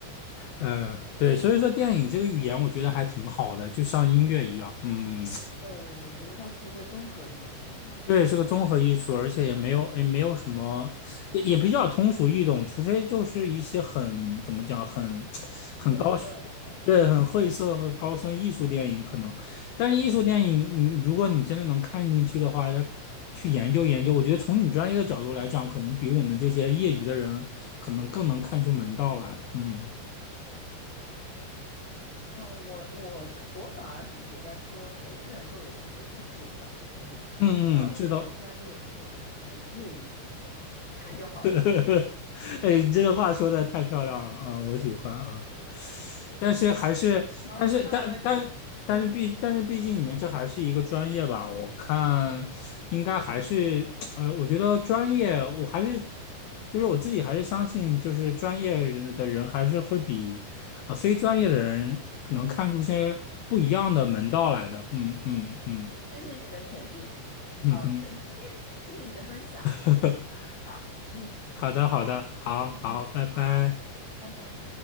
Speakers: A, on the left; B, on the left.
A: 嗯，
B: 嗯，对，所以说电影这个语言，我觉得还挺好的，就像音乐一样，嗯，
A: 对，我觉得它是一个综合艺术嘛，
B: 对，
A: 嗯它融合
B: 是个综合艺术，而且也没有也没有什么，也也比较通俗易懂，除非就是一些很怎么讲，很很高深，
A: 晦涩的艺术
B: 对，很晦涩和高深艺术电影可能，但是艺术电影，嗯，如果你真的能看进去的话，它去研究研究，我觉得从你专业的角度来讲，可能比我们这些业余的人可能更能看出门道来，嗯
A: 啊。我我的我反而是觉得说每个人都有自己的理解的，嗯，
B: 嗯嗯，
A: 倒也没有专业或者是业余，
B: 这倒
A: 看就好了。
B: <laughs> 呵呵呵，哎，你这个话说的太漂亮了啊，我喜欢啊。但是还是，
A: 好，
B: 但是但但但是毕但是毕竟你们这还是一个专业吧？
A: 呃，这次
B: 我看应该还是，呃，我觉得专业我还是，就是我自己还是相信，就是专业人的人还是会比呃非专业的人能看出些不一样的门道来的。嗯嗯嗯
A: 谢谢你的肯定。
B: 嗯哼，
A: 好的，今天谢谢你的分享，
B: <laughs>
A: 我们下次再聊。嗯，
B: 好的好的，
A: 好吗？
B: 好好，
A: 嗯，嗯好，
B: 拜拜。
A: 拜拜。